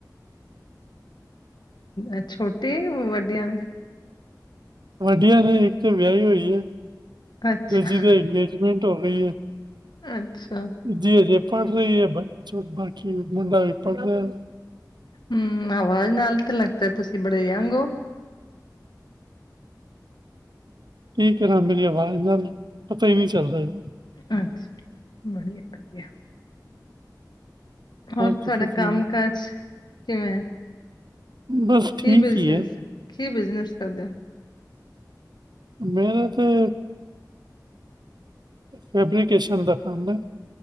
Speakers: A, on the left; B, on the right.
A: ਅ ਛੋਟੇ ਆਂ ਕਿ ਵੱਡੀਆਂ ਨੇ?
B: ਵੱਡੀਆਂ ਨੇ ਇੱਕ ਤੇ ਵਿਆਈ ਹੋਈ ਐ
A: ਅੱਛਾ
B: ਦੂਜੀ ਦੇ ਅੰਗੇਜਮੈਂਟ ਹੋ ਗਈਂ ਐ।
A: ਅੱਛਾ।
B: ਜੀ ਦੂਜੀ ਅਜੇ ਪੜ ਰੀ ਏ ਬੱਚਾ ਮੁੰਡਾਂ ਵੀ ਪੜ੍ਹ ਰਿਹਾਂ।
A: ਹੂੰ ਆਵਾਜ਼ ਨਾਲ ਤਾਂ ਲੱਗਦਾ ਤੁਸੀਂ ਬੜੇ ਯੰਗ ਓ?
B: ਕੀ ਕਰਾਂ ਮੇਰੀ ਅਵਾਜ਼ ਨਾਲ ਪਤਾਂ ਈ ਨੀ ਚੱਲਦਾ ਜੀ।
A: ਅੱਛਾਂ ਵਧੀਆਂ-ਵਧੀਆਂ। ਹੋਰ
B: ਤੁਸੀਂ
A: ਤੁਹਾਡਾ ਕੰਮ-ਕਾਜ਼?
B: ਸੁਣਾਓ
A: ਕਿਵੇਂ ਆ
B: ਬਸ
A: ਕੀ
B: ਠੀਕ
A: ਬਿਜ਼ਨਸ
B: ਹੀ ਹੈ
A: ਐ ਕੀ ਬਿਜ਼ਨਸ ਕਰਦੇਂ ਓ?
B: ਮੇਰਾ ਤਾਂ ਫੈਬਰਿਕਕੇਸ਼ਨ ਦਾ ਕੰਮ ਐ।